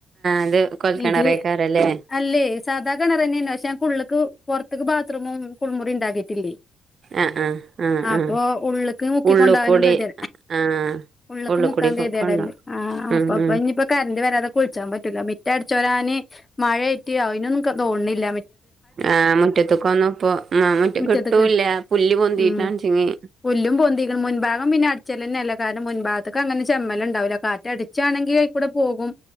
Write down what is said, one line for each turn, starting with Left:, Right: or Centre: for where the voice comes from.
Right: അത് കൊൽക്കിണറേക്കാരല്ലേ
Left: ഇത് അല്ലേ സാധാ കിണർ ന്നെയാണ് പക്ഷെ ഞങ്ങൾക്ക് ഉള്ള്ക്ക് പൊറത്ത്ക്ക് ബാത്റൂമും കുളിമുറി ണ്ടാക്കിയിട്ടില്ലേ.
Right: ആഹ് ആഹ്. ആഹ്
Left: അപ്പൊ
Right: ആഹ്
Left: ഉള്ള്ക്ക് മുക്കി
Right: ഉള്ളുക്കൂടി
Left: കൊണ്ടാവാനും കതി
Right: ആഹ്
Left: ഉള്ള്ക്ക്
Right: ഉള്ളുക്കൂടി
Left: മുക്കാൻ കേതിയെടല്ലേ
Right: കൊണ്ടോ
Left: ആ
Right: ഉം
Left: അപ്പൊ പ്പോ
Right: ഉം
Left: ഞ്ഞ് പ്പം കറന്റ് വരാതെ കുളിച്ചാൻ പറ്റൂല്ല മിറ്റം അടിച്ച് വാരാന് മയായിട്ട് അയിനൊന്നും ക്കാ തോണ്ല്ല.
Right: ആ മുറ്റത്ത് കൊന്നും ഇപ്പോ <unintelligible>
Left: മുറ്റത്ത്ക്ക്
Right: കിട്ടൂല്ല. പുല്ല് പൊന്തിടാണ്
Left: ഉം
Right: ച്ചങ്ങി
Left: പുല്ലും പൊന്തിക്ക്ണ് മുൻഭാഗം പിന്നെ അടിച്ചലന്നെല്ല കാരണം മുൻഭാഗത്ത് ക്ക്അങ്ങനെ ചമ്മൽ ണ്ടാവൂല്ല കാറ്റ് അടിച്ചാണെങ്കി ആയികൂടെ പോകും.